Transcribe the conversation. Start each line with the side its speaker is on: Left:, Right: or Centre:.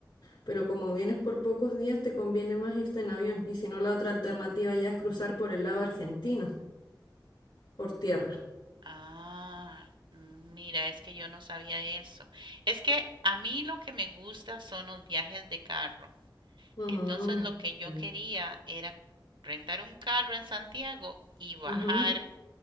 Left: Pero como vienes por pocos días, te conviene más irte en avión. Y si no, la otra alternativa ya es cruzar por el lado argentino, por tierra.
Right: Ah, mira, es que yo no sabía eso. Es que a mí lo que me gusta son los viajes de carro.
Left: Ujú,
Right: Entonces lo que yo
Left: Ya.
Right: quería era rentar un carro en Santiago y bajar
Left: Ujú,